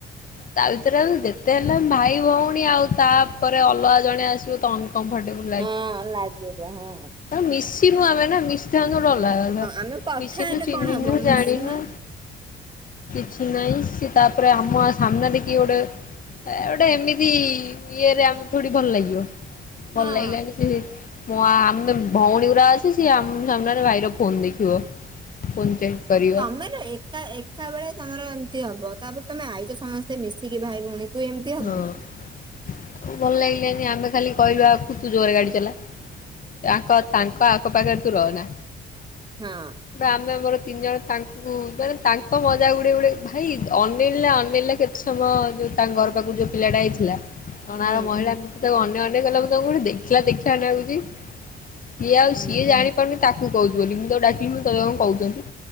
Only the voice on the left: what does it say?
ତା ଭିତରେ ଯେତେ ହେଲେ ଭାଇ ଭଉଣୀ ଆଉ ତାପରେ ଅଲଗା ଜଣେ ଆସିବ ତନ କମ୍ଫଟେବୁଲ
ମିଶିନୁ ଆମେ ନା, ମିଶିଥାନ୍ତୁ ଗୋଟେ ଅଲାଗ କଥା।
ମିଶିିନୁ,
ଚିହ୍ନିନୁ,
ଜାଣିନୁ କିଛି ନାହିଁ। ସେ ତାପରେ ଆମ ସାମ୍ନା ରେ କିଏ ଗୋଟେ ହେ ଗୋଟେ ଏମିତି ଇଏରେ ଆମ ଥୋଡି ଭଲ ଲାଗିବ?
ଭଲ ଲାଗିଲାନି ସେ ମୋ ଆମେ ଭଉଣୀ ଗୁଡା ଅଛୁ ସିଏ ଆମ ସାମ୍ନାରେ ଭାଇର ଫୋନ ଦେଖିବ। <unintelligible>
ହଁ ଭଲ ଲାଗିଲାନି ଆମେ ଖାଲି କହିଲୁ ଆ ତୁ ଜୋରରେ ଗାଡ଼ି ଚଲା। ତାଙ୍କ ତାଙ୍କ ଆଖ ପାଖରେ ତୁ ରହନା।
ଆମେ ଆମର ତିନି ଜଣ ତାଙ୍କୁ ମାନେ ତାଙ୍କ ମଜାକ୍ ଉଡ଼େଇ ଉଡ଼େଇ ଭାଇ ଅନିଲ୍ ନା ଅନେଇଲା କେତେ ସମୟ ଯୋଉ ତାଙ୍କ ଘର ପାଖରୁ ଯୋଉ ପିଲାଟା ଆଇଥିଲା। <unintelligible> ତାକୁ
ଅନେଇ ଅନେଇ ଗଲା, ମୁଁ ତାଙ୍କୁ ଗୋଟେ ଦେଖିଲା ଦେଖିଲା ଲାଗୁଛି। ସିଏ ଆଉ
ସିଏ ଜାଣିପାରୁନି ତାକୁ କହୁଛି ବୋଲି। ମୁଁ ତାକୁ ଡାକିଲି ମୁଁ କହିଲି ତତେ କଣ କହୁଛନ୍ତି।